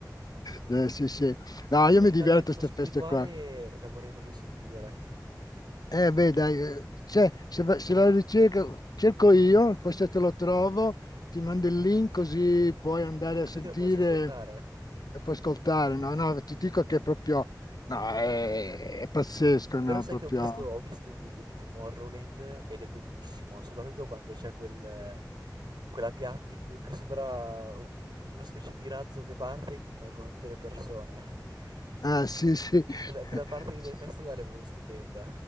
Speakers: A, on the left; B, on the right.
A: Eh, sì, sì. No,
B: La
A: io
B: minimal
A: mi diverto
B: techno
A: a queste
B: spirituale
A: feste qua.
B: la vorrei proprio sentire,
A: Eh beh, dai, eh, cioè, se, va- se la ricerca, cerco io, poi se te lo trovo, ti mando il link così puoi andare a
B: così
A: sentire
B: che la posso ascoltare.
A: e puoi ascoltare. No, no, ti dico che è proprio, no, è, è pazzesco, no,
B: Però sai
A: proprio.
B: che ho visto, ho visto il video di Tomorrowland ed è bellissimo, soprattutto quando c'è quel, quella piatta che che sembra un- una specie di razzo che parte con, con tutte le persone. <laughs>
A: Ah,
B: Quel-
A: sì, sì.
B: Quella, quella
A: <laughs>
B: parte lì del festival è proprio stupenda.